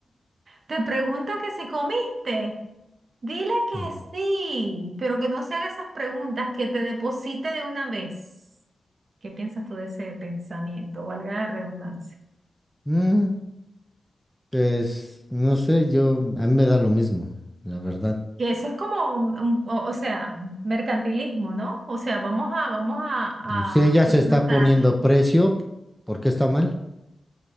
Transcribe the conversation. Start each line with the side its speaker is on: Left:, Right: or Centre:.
Right: te pregunta que si comiste, dile que
Centre: Ujú.
Right: sí, pero que no se haga esas preguntas, que te deposite de una vez. ¿Qué piensas tú de ese pensamiento? Valga la redundancia.
Centre: Mm, pues, no sé, yo, a mí me da lo mismo, la verdad.
Right: Que eso es como, un- un- o, o sea, mercantilismo, ¿no? O sea, vamos a, vamos a,
Centre: Si ella
Right: a
Centre: se
Right: explotarlo.
Centre: está poniendo precio, ¿por qué está mal?